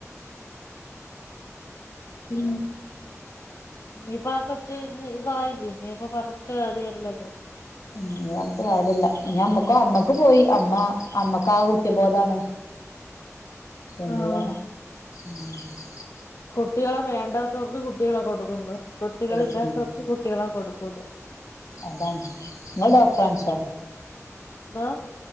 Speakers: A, on the left (about 80°); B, on the left (about 65°).
A: ഉം
B: <unintelligible> ഇ ഇതായില്ല ഇ നീ അപ്പൊ പറഞ്ഞിട്ട് കാര്യല്ലല്ലോ
A: ആ പറഞ്ഞിട്ട് കാര്യല്ല ഇനി അമ്മക്ക് അമ്മക്ക് പോയി അമ്മ അമ്മക്ക് ആ കുറ്റബോധാണ് എന്തയ്യാനാ
B: ആഹ്
A: <unintelligible>
B: കുട്ടികളെ വേണ്ടാത്തവർക്ക് കുട്ടികളെ കൊടുക്കുന്നു കുട്ടികള
A: വെളുപ്പിന്
B: ഇല്ലാത്തവർക്ക് കുട്ടികളെ കൊടു ക്കൂല
A: അതാണ് ഇങ്ങള് ഡോക്ടറെ കാണിച്ചോ
B: ന്തോ